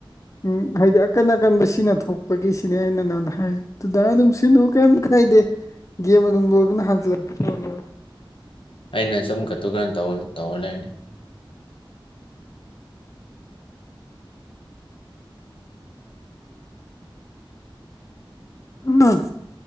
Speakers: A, on the left; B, on the left.
A: ꯎꯝ ꯍꯥꯏꯗꯤ ꯑꯀꯟ ꯑꯀꯟꯕ ꯁꯤꯅ ꯊꯣꯛꯄꯒꯤ ꯁꯤꯅꯦ ꯑꯩꯅ ꯅꯉꯣꯟꯗ ꯍꯥꯏꯁꯦ ꯇꯨꯗꯥ ꯑꯗꯨꯝ ꯁꯤꯟꯅꯣ ꯀꯔꯤꯝ ꯀꯥꯏꯗꯦ ꯒꯦꯝ ꯑꯗꯨꯝ ꯂꯣꯏꯕꯅ ꯍꯟꯖꯤꯜꯂꯛ <unintelligible>
B: ꯑꯩꯅ ꯁꯨꯝ ꯀꯇꯨꯛ ꯀꯥꯔꯟ ꯇꯧꯔ ꯂꯩꯔꯅꯦ
A: ꯑꯝꯃ